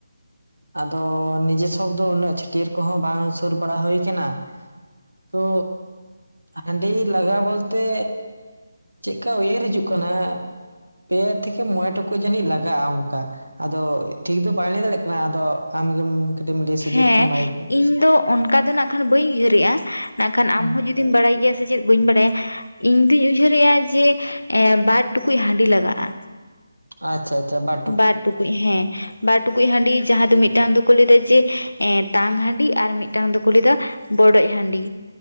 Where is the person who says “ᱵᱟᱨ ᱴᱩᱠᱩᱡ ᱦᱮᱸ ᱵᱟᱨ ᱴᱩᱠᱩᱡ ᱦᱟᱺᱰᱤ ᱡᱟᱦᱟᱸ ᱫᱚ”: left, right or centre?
Left